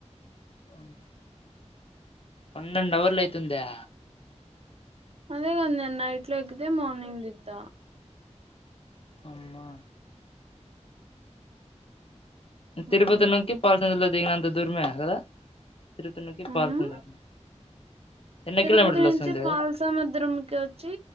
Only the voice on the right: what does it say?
అదేగాన్న నైట్ లో ఎక్కితే మార్నింగ్ దిగు త
మ్మ్
ఉమ్
తిరుపతి
నుంచి
పాలసముద్రం కి వచ్చి